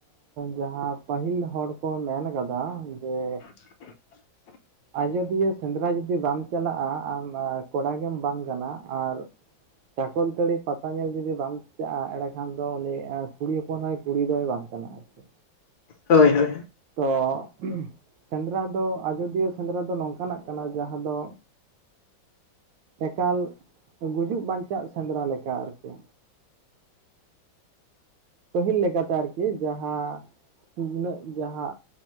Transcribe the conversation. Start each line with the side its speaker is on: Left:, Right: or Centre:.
Right: ᱡᱟᱦᱟᱸ ᱯᱟᱹᱦᱤᱞ ᱦᱚᱲ ᱠᱚ ᱢᱮᱱ ᱟᱠᱟᱫᱟ ᱡᱮ
Left: <inaudible>
Right: ᱟᱡᱳᱫᱤᱭᱟᱹ ᱥᱮᱸᱫᱽᱨᱟ ᱡᱩᱫᱤ ᱵᱟᱢ ᱪᱟᱞᱟᱜᱼᱟ ᱟᱢ ᱠᱚᱲᱟ ᱜᱮᱢ ᱵᱟᱝ ᱠᱟᱱᱟ ᱟᱨ ᱪᱟᱠᱚᱞ ᱛᱟᱹᱲᱤ ᱯᱟᱛᱟ ᱧᱮᱞ ᱡᱩᱫᱤ ᱵᱟᱝ ᱪᱟᱜ-ᱟ ᱮᱸᱰᱮ ᱠᱷᱟᱱ ᱫᱚ ᱩᱱᱤ ᱠᱩᱲᱤ ᱦᱚᱯᱚᱱ ᱦᱚ ᱠᱩᱲᱤ ᱫᱚᱭ ᱵᱟᱝ ᱠᱟᱱᱟ ᱟᱨᱠᱤ
Left: ᱦᱳᱭ ᱦᱳᱭ᱾
Right: ᱛᱚ ᱥᱮᱸᱫᱽᱨᱟ ᱫᱚ ᱟᱡᱚᱫᱤᱭᱟᱹ ᱥᱮᱸᱫᱽᱨᱟ ᱫᱚ ᱱᱚᱝᱠᱟ ᱱᱟᱜ ᱠᱟᱱᱟ ᱡᱟᱦᱟᱸ ᱫᱚ ᱮᱠᱟᱞ ᱜᱩᱡᱩᱜ ᱵᱟᱧᱪᱟᱜ ᱥᱮᱸᱫᱽᱨᱟ ᱞᱮᱠᱟ ᱟᱨᱠᱤ᱾ ᱯᱟᱹᱦᱤᱞ ᱞᱮᱠᱟᱛᱮ ᱟᱨᱠᱤ ᱡᱟᱸᱦᱟ ᱛᱤᱱᱟᱹᱜ ᱡᱟᱸᱦᱟ